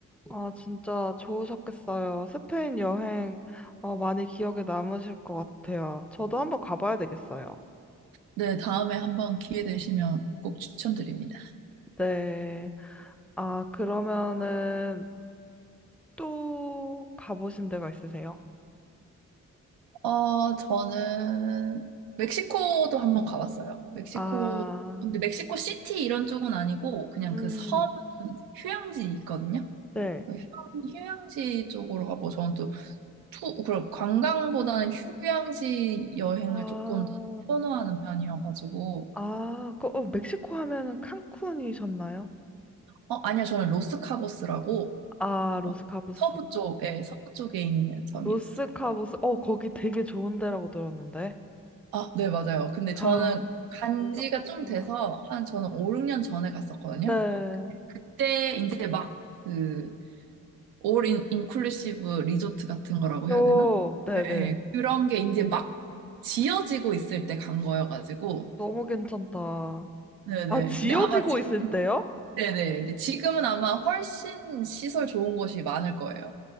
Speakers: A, in the centre; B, on the right.
A: 아, 진짜 좋으셨겠어요. 스페인 여행, 어, 많이 기억에 남으실 것 같아요. 저도 한번 가봐야 되겠어요.
B: 네, 다음에 한번 기회 되시면 꼭 추천드립니다.
A: 네. 아, 그러면은 또 가보신 데가 있으세요?
B: 어, 저는 멕시코도 한번 가봤어요. 멕시코,
A: 아,
B: 근데 멕시코 시티 이런 쪽은 아니고 그냥
A: 음,
B: 그 섬 휴양지 있거든요.
A: 네.
B: 그 휴양, 휴양지 쪽으로 가고 저는 또 투, 그럼 관광보다는 휴양지 여행을
A: 아,
B: 조금 더 선호하는 편이어가지고
A: 아, 그, 어, 멕시코 하면은 칸쿤이셨나요?
B: 어, 아니요, 저는 로스카보스라고
A: 아, 로스카보스.
B: 어, 서부 쪽에, 서부 쪽에 있는 섬이었어요.
A: 로스카보스. 어, 거기 되게 좋은 데라고 들었는데.
B: 아, 네, 맞아요. 근데
A: 아,
B: 저는 간
A: 무섭겠다.
B: 지가 좀 돼서 한 저는 5, 6년 전에 갔었거든요.
A: 네.
B: 그때 이제 막그올 인클루시브 리조트 같은 거라고 해야
A: 오,
B: 되나?
A: 네네.
B: 네, 그런 게 이제 막 지어지고 있을 때 간 거여가지고
A: 너무 괜찮다.
B: 네네.
A: 아, 지어지고
B: 근데 아마 지-
A: 있을 때요?
B: 네네. 근데 지금은 아마 훨씬 시설 좋은 곳이 많을 거예요.